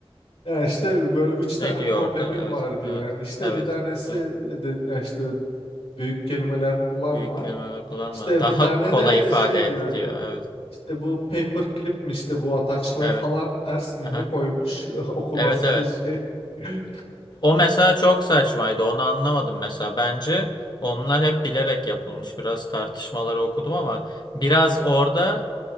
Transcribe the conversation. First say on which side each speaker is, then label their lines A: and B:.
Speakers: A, on the left; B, on the left.
A: Ya işte böyle üç
B: Ne
A: tane
B: diyor
A: problemin
B: orada? Evet,
A: var diyor.
B: evet,
A: Yani işte
B: evet,
A: bir tanesi
B: evet.
A: e, de ya işte büyük kelimeler kullanma.
B: Büyük kelimeler kullanma.
A: İşte
B: Daha
A: bir tane
B: kolay
A: de
B: ifade
A: şey diyor
B: et diyor. Evet,
A: İşte bu paperclip mi işte
B: evet,
A: bu ataçları
B: evet.
A: falan ters mi
B: Aha.
A: ne koymuş <laughs> okuması
B: Evet, evet.
A: şey. <laughs>
B: O mesela çok saçmaydı. Onu anlamadım mesela. Bence onlar hep bilerek yapılmış. Biraz tartışmaları okudum ama biraz orada